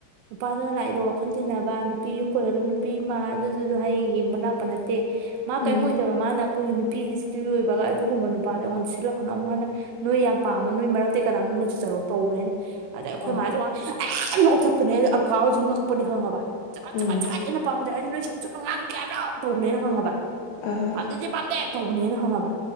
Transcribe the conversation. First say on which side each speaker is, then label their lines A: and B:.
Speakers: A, on the right; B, on the left.
A: ꯅꯨꯄꯥꯗꯨꯅ ꯂꯥꯛꯏꯗꯣ ꯋꯥꯈꯜ ꯇꯤꯟꯅꯕ ꯅꯨꯄꯤ ꯌꯨꯝ ꯀꯣꯏꯒꯗꯕ ꯅꯨ ꯅꯨꯄꯤꯃ ꯑꯗꯨꯗꯨꯗ ꯍꯌꯦꯡ ꯌꯦꯡꯕ ꯂꯥꯛꯄ ꯅꯠꯇꯦ ꯃꯥ
B: ꯎꯝ
A: ꯀꯩꯝ ꯑꯣꯏꯗꯕ ꯃꯥ ꯅ ꯑꯩꯈꯣꯏꯒꯤ ꯅꯨꯄꯤꯁꯄꯤꯔꯣꯏꯕꯒ ꯑꯗꯨꯒꯨꯝꯕ ꯅꯨꯄꯥꯗ ꯑꯩꯉꯣꯟꯗ ꯁꯤꯜꯂꯀꯅꯨ ꯑꯃꯨꯛ ꯍꯟꯅ ꯅꯣꯢ ꯌꯥꯝ ꯄꯥꯝꯃ ꯅꯣꯏ ꯃꯔꯛꯇꯩ ꯀꯅꯥꯅꯣꯝꯃ ꯂꯩ ꯁ ꯆꯠꯂꯣ ꯇꯧꯕꯅꯦ ꯑꯩꯅ ꯑꯗꯩꯩ ꯑꯩꯈꯣꯏ
B: ꯑꯧ
A: ꯃꯥꯁꯦ ꯋꯥ ꯑꯁ ꯂꯥꯎꯊꯠꯄꯅꯦ ꯑꯜꯀꯥ ꯍꯣꯏꯖꯦ ꯉꯛꯄꯅꯦ ꯈꯪꯉꯕ ꯆꯒꯠ
B: ꯎꯝ
A: ꯆꯒꯠ ꯆꯒꯠ ꯑꯩꯅ ꯈꯨꯝꯗ꯭ꯔꯦ ꯍꯥꯏꯔꯁꯨ ꯅꯣꯏ ꯁꯨꯝ ꯁꯨꯝꯅ ꯉꯥꯡꯒꯤꯒꯦ ꯍꯥꯏꯕ꯭ꯔꯣ ꯇꯧꯕꯅꯦ ꯑꯩꯅ ꯈꯪꯉꯕ
B: ꯑꯥ
A: ꯄꯥꯝꯗꯦꯗꯤ ꯄꯥꯝꯗꯦ ꯇꯧꯕꯅꯦ ꯑꯩꯅ ꯈꯪꯉꯕ